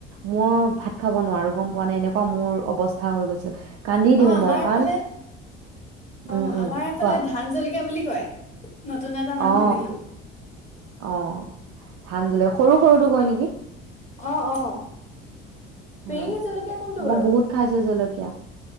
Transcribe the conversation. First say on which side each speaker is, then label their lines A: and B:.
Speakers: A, on the right; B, on the left.
A: মই ভাত খাব নোৱাৰো গম পোৱা নাই এনেকুৱা মোৰ অৱস্থা হৈ গৈছিল। কান্দি দিওঁ
B: অ আমাৰ
A: মই
B: এইফালে
A: কাৰণ
B: অ
A: উম উম
B: আমাৰ এইফালে
A: কোৱা
B: ধান জলক বুলি কয়। নতুন এটা নাম
A: অ
B: শুনিলো
A: অ ধান জলকীয়া। সৰু সৰুটো কয় নেকি।
B: অ অ ফিৰিঙি
A: হয়
B: জলকীয়া কোনটো
A: মই
B: বাৰু
A: বহুত খাইছো জলকীয়া।